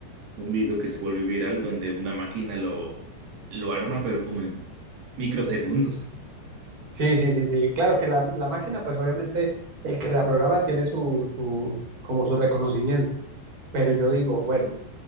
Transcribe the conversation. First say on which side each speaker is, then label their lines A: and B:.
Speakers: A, on the right (about 65°); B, on the right (about 20°).
A: un video que se volvió viral donde una máquina lo, lo arma, pero como en microsegundos.
B: Sí, sí, sí, sí. Claro que la, la máquina, pues obviamente el que la programa tiene su, su, como su reconocimiento. Pero yo digo, bueno,